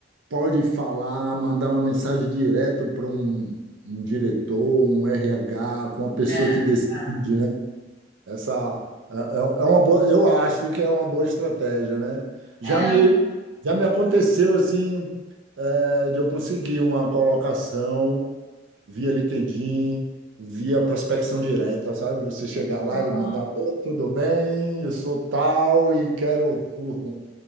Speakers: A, on the right; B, on the right.
A: pode falar, mandar uma mensagem direto para um, um diretor, um RH, com uma pessoa
B: É,
A: que decide,
B: é.
A: né? Essa é, é é uma boa, eu acho que é uma boa estratégia, né? Já
B: É,
A: me, já me aconteceu assim, é, de eu conseguir uma colocação via LinkedIn, via prospecção direta, sabe? Você chegar lá
B: Uhum.
A: e mandar, "Oi, tudo bem, eu sou tal e quero o,